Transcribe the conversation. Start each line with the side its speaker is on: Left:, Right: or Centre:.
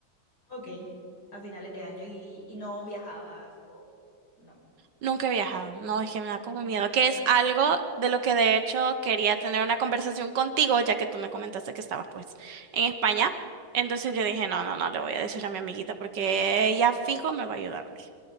Left: Ok, a finales de año y, y no viajabas o no.
Right: Nunca he viajado, no, es que me da como miedo, que es algo de lo que de hecho quería tener una conversación contigo, ya que tú me comentaste que estabas pues en España. Entonces yo dije, no, no, no, le voy a decir a mi amiguita porque ella fijo me va a ayudar. dije.